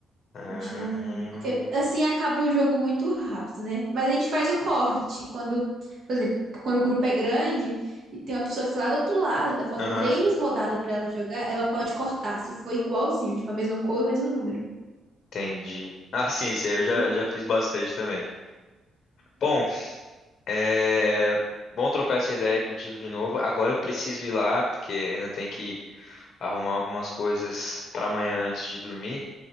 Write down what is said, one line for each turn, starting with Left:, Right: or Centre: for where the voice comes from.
Left: Ah,
Right: A gente não. Porque assim acaba o jogo muito rápido, né? Mas a gente faz o corte. Quando, por exemplo, quando o grupo é grande e tem uma pessoa que tá lá do outro lado, ainda falta
Left: Aham,
Right: três rodadas pra ela jogar, ela pode cortar, se for igualzinho, tipo, a mesma cor e o mesmo número.
Left: entendi. Ah, sim, isso aí eu já,
Right: <laughs>
Left: já fiz bastante também. Bom, é bom trocar essa ideia contigo de novo. Agora eu preciso ir lá, porque ainda tem que arrumar algumas coisas para amanhã antes de dormir.